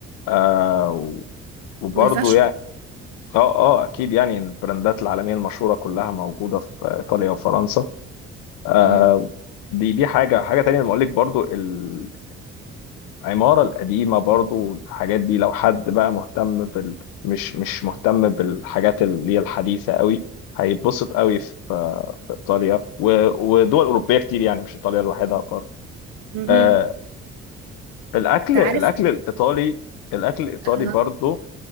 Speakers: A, on the left; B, on the right.
A: آه وبرضه
B: والفاشن
A: يعني اه اه اكيد يعني البراندات العالميه المشهوره كلها موجوده في ايطاليا وفرنسا آه،
B: مهم.
A: دي دي حاجة حاجة تانية لما أقول لك برضو ال- العمارة القديمة برضو الحاجات دي لو حد بقى مهتم بال مش مش مهتم بالحاجات اللي هي الحديثة قوي هيتبسط قوي في في إيطاليا و- ودول أوروبية كتير يعني مش إيطاليا لوحدها برضو
B: مهم.
A: آه، الاكل
B: تعرف
A: الاكل الايطالي الاكل الايطالي
B: آه،
A: برضو